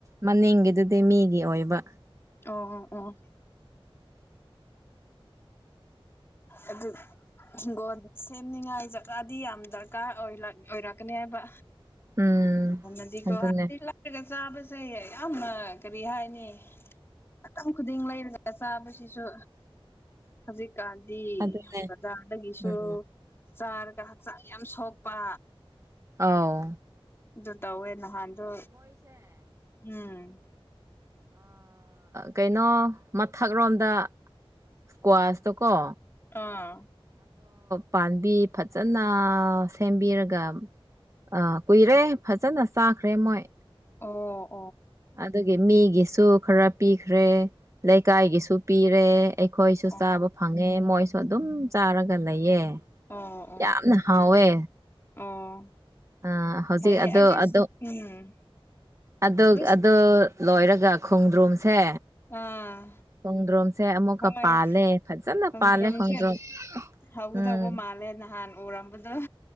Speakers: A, on the right; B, on the left.
A: ꯃꯅꯤꯡꯒꯤꯗꯨꯗꯤ ꯃꯤꯒꯤ ꯑꯣꯏꯕ
B: ꯑꯣ ꯑꯣ ꯑꯗꯨ ꯍꯤꯡꯒꯣꯜ ꯁꯦꯝꯅꯤꯉꯥꯏ ꯖꯠꯒꯥꯗꯤ ꯌꯥꯝ ꯗꯔꯀꯥꯔ ꯑꯣꯏꯔꯛꯀꯅꯤ ꯍꯥꯏꯕ
A: ꯎꯝ
B: <unintelligible>
A: ꯑꯗꯨꯅꯦ
B: ꯆꯥꯕꯁꯦ ꯌꯥꯝꯅ ꯀꯔꯤ ꯍꯥꯏꯅꯤ ꯃꯇꯝ ꯈꯨꯗꯤꯡ ꯂꯩꯔꯒ ꯆꯥꯕꯁꯤꯁꯨ ꯍꯧꯖꯤꯛ ꯀꯥꯟꯗꯤ
A: ꯑꯗꯨꯅꯦ
B: ꯕꯖꯥꯔ ꯗꯒꯤꯖꯨ
A: ꯎꯝ
B: ꯆꯥꯔꯒ ꯍꯛꯆꯥꯡ ꯌꯥꯝ ꯁꯣꯛꯄ
A: ꯑꯥꯎ
B: ꯑꯗꯨ ꯇꯧꯋꯦ ꯅꯍꯥꯟꯗꯨ ꯎꯝ
A: ꯀꯩꯅꯣ ꯃꯊꯛꯔꯣꯝꯗ ꯏꯁꯀ꯭ꯋꯥꯁꯇ ꯀ
B: ꯑꯥ
A: ꯄꯥꯟꯕꯤ ꯐꯖꯟꯅ ꯁꯦꯝꯕꯤꯔꯒ ꯑꯥ ꯀꯨꯏꯔꯦ ꯐꯖꯟꯅ ꯆꯥꯈ꯭ꯔꯦ ꯃꯣꯏ
B: ꯑꯣ
A: ꯑꯗꯨꯒꯤ ꯃꯤꯒꯤꯁꯨ ꯈꯔ ꯄꯤꯈ꯭ꯔꯦ ꯂꯩꯀꯥꯏꯒꯤꯁꯨ ꯄꯤꯔꯦ ꯑꯩꯈꯣꯏꯁꯨ
B: ꯑꯣ
A: ꯆꯥꯕ ꯐꯪꯉꯦ ꯃꯣꯏꯁꯨ ꯑꯗꯨꯝ ꯆꯥꯔꯒ ꯂꯩꯌꯦ
B: ꯑꯣ ꯑꯣ
A: ꯌꯥꯝꯅ ꯍꯥꯎꯋꯦ
B: ꯑꯣ
A: ꯑꯥ ꯍꯧꯖꯤꯛ
B: ꯐꯩꯌꯦ
A: ꯑꯗꯣ
B: ꯑꯩꯗꯤ
A: ꯑꯗꯣ
B: ꯎꯝ
A: ꯑꯗꯣ
B: ꯑꯗꯨ
A: ꯑꯗꯣ ꯂꯣꯏꯔꯒ ꯈꯣꯡꯗ꯭ꯔꯨꯝꯁꯦ
B: ꯑꯥ
A: ꯈꯣꯡꯗ꯭ꯔꯨꯝ ꯁꯦ ꯑꯃꯨꯛꯀ
B: ꯍꯣꯏ
A: ꯄꯥꯜꯂꯦ ꯐꯖꯟꯅ
B: ꯈꯣꯡꯗ꯭ꯔꯨꯝꯁꯦ
A: ꯄꯥꯜꯂꯦ ꯈꯣꯡꯗ꯭ꯔꯨꯝ
B: ꯍꯧꯒꯗꯧꯕ
A: ꯎꯝ
B: ꯃꯥꯜꯂꯦ ꯅꯍꯥꯟ ꯎꯔꯝꯕꯗꯣ